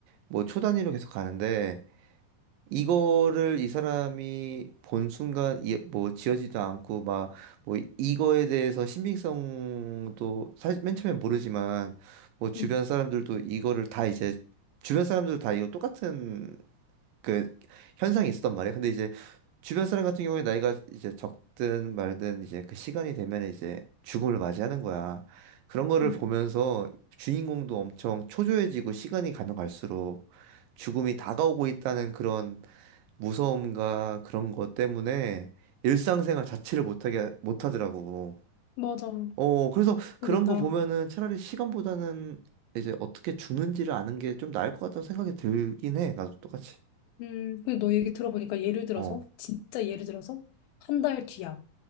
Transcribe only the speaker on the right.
뭐 초단위로 계속 가는데 이거를 이 사람이 본 순간 이- 뭐 지어지도 않고 막 뭐 이거에 대해서 신빙성도 사실 맨 처음엔 모르지만 뭐 주변
사람들도 이거를 다 이제 주변 사람들도 다 이거 똑같은 그 현상이 있었단 말이야. 근데 이제 주변 사람 같은 경우에 나이가 이제 적든 말든 이제 그 시간이 되면 이제 죽음을 맞이하는 거야. 그런 거를
보면서 주인공도 엄청 초조해지고 시간이 가면 갈수록 죽음이 다가오고 있다는 그런 무서움과 그런 것 때문에 일상생활 자체를 못하게, 못하더라고.
어, 그래서
그런 거 보면은 차라리 시간보다는 이제 어떻게 죽는지를 아는 게 좀 나을 것 같다는 생각이 들긴 해. 나도 똑같이.
어,